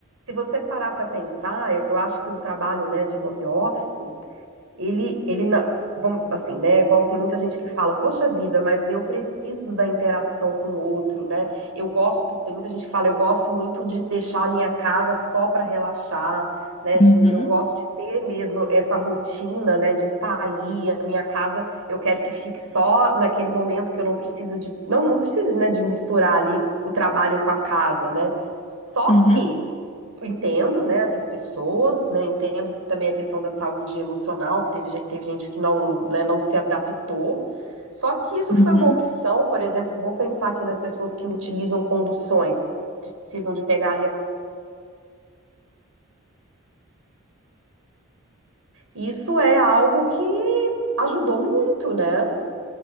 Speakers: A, on the right; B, on the left.
A: se você parar para pensar, eu acho que o trabalho, né, de home office ele, ele na- vamos, assim, né? Igual tem muita gente que fala, poxa vida, mas eu preciso da interação com o outro, né? Eu gosto, tem muita gente que fala, eu gosto muito de deixar a minha casa só para relaxar, né?
B: uhum,
A: de- eu gosto de ter mesmo essa rotina, né? De sair, a minha casa, eu quero que fique só naquele momento que eu não precisa de, não, não precise, né? De misturar ali o trabalho com a casa, né? Só
B: uhum,
A: que eu entendo, né, essas pessoas, né, entendo também a questão da saúde emocional, que teve, gen- teve gente que não, né, não se adaptou. Só que isso
B: uhum.
A: foi uma opção, por exemplo, vamos pensar aqui nas pessoas que utilizam conduções, precisam de pegar ali a... Isso é algo que ajudou muito, né?